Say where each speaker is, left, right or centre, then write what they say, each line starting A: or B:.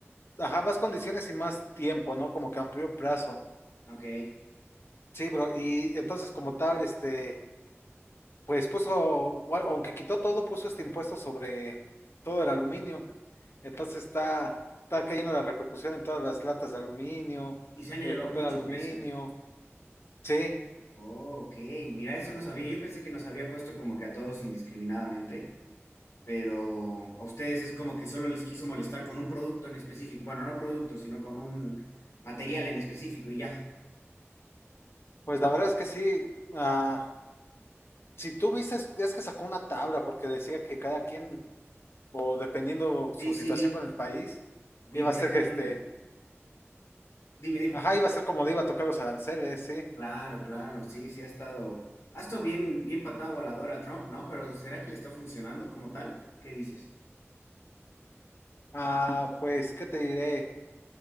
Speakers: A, on the left; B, on the left.
A: ajá, más condiciones y más tiempo, ¿no? Como que amplió el plazo.
B: Ok.
A: Sí, bro, y entonces como tal, este, pues puso, gua- aunque quitó todo, puso este impuesto sobre todo el aluminio. Entonces está, está cayendo la repercusión en todas las latas de aluminio,
B: ¿Y se han elevado
A: el papel
B: mucho
A: aluminio.
B: el precio?
A: Sí,
B: Oh, ok. Mira, eso no sabía. Yo pensé que nos había puesto como que a todos indiscriminadamente, pero a ustedes es como que solo les quiso molestar con un producto en específico. Bueno, no producto, sino con un material en específico y ya.
A: pues la verdad es que sí, ah, si tú viste, es que sacó una tabla porque decía que cada quien o dependiendo su
B: Sí,
A: situación
B: sí, vi.
A: con el país,
B: Vi,
A: iba
B: parecía
A: a ser que este,
B: un... Dime, dime.
A: ajá, iba a ser como le iba a tocar los aranceles, sí.
B: Claro, claro. Sí, sí, ha estado... Ha estado bien, bien patada voladora Trump, ¿no? Pero ¿será que le está funcionando como tal? ¿Qué dices?
A: Ah, pues, ¿qué te diré?